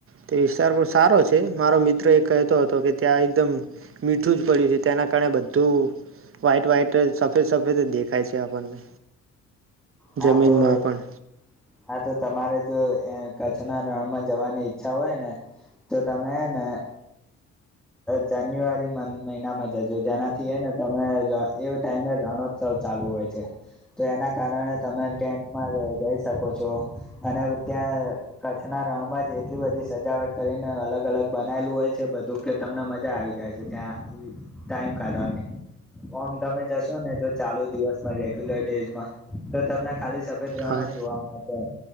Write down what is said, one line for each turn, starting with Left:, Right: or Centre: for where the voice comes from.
Right: તે વિસ્તાર પણ સારો છે મારો મિત્ર એ કહેતો હતો કે ત્યાં એકદમ મીઠું જ પડ્યું છે તેના કારણે બધું વાઈટ વાઈટ સફેદ સફેદ દેખાય છે આપણને
Centre: હા
Right: જમીનમાં
Centre: તો
Right: પણ
Centre: હા તો તમારે જો કચ્છના રણમાં જવાની ઈચ્છા હોય ને તો તમે હેને જાન્યુઆરી મહિનામાં જજો જેનાથી એ ને તમે એ ટાઈમે રણોત્સવ ચાલુ હોય છે તો એના કારણે તમે ટેન્ટમાં જઈ શકો છો અને ત્યાં કચ્છના રણમાં જ એટલી બધી સજાવટ કરીને અલગ અલગ બનાયલું હોય છે બધું કે તમને મજા આવી જાય છે ત્યાં ટાઈમ કાઢવાની ઓમ તમે જશો ને જો ચાલુ દિવસમાં રેગ્યુલર ડેઝમાં તો તમને ખાલી સફેદ રણ
Right: હા
Centre: જ જોવા મળે